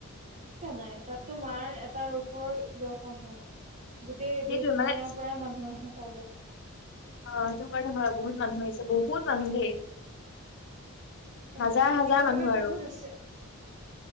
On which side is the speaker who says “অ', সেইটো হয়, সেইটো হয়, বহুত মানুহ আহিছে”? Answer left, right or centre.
Left